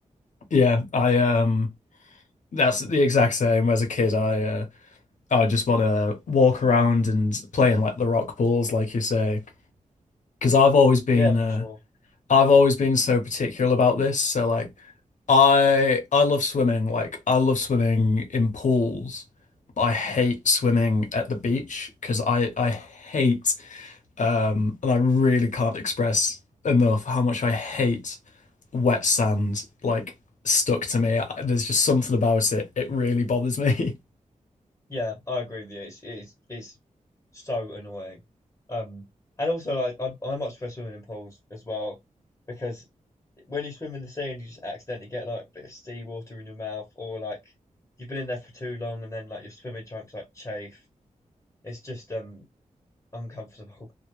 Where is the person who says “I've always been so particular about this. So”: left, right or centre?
Left